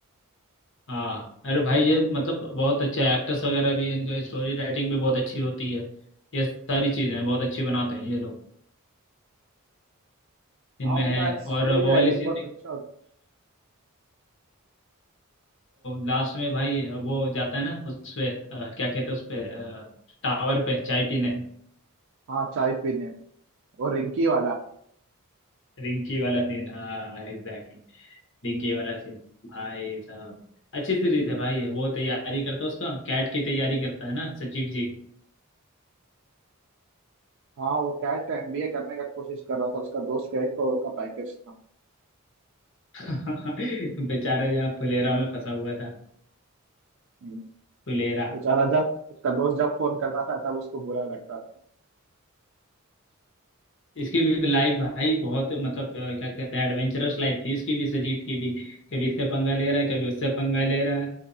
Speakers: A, on the left; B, on the right.
A: हाँ अरे भाई ये मतलब बहुत अच्छा है एक्टर्स वगैरह भी इनका स्टोरी राइटिंग भी बहुत अच्छी होती है ये सारी चीज़ें हैं, बहुत अच्छी बनाते हैं ये लोग इनमें
B: हाँ उनका
A: है
B: स्टोरी
A: और वो
B: राइटिंग
A: वाली सीन
B: बहुत
A: भी
B: अच्छा होता-
A: लास्ट में भाई वो जाता है ना उस पे अ, क्या कहते हैं उस पे टावर पे चाय पीने
B: हाँ चाय पीने और रिंकी वाला
A: <laughs> रिंकी वाला सीन हाँ एग्जैक्टली रिंकी वाला सीन भाई साहब अच्छी सीरीज है भाई वो तैयारी करता है उसका कैट की तैयारी करता है ना सचिव जी
B: हाँ वो कैट का एमबीए करने का कोशिश कर रहा था उसका दोस्त का एक करोड़ का पैकेज था
A: <laughs> बेचारा यहाँ फुलेरा में फंसा हुआ था
B: हम्म,
A: फुलेरा
B: बेचारा जब उसका दोस्त जब फोन करता था तब उसको बुरा लगता था
A: इसकी भी लाइफ भाई बहुत मतलब अ, क्या कहते हैं एडवेंचरस लाइफ थी इसकी भी सजीव की भी कभी इससे पंगा ले रहा है कभी उससे पंगा ले रहा है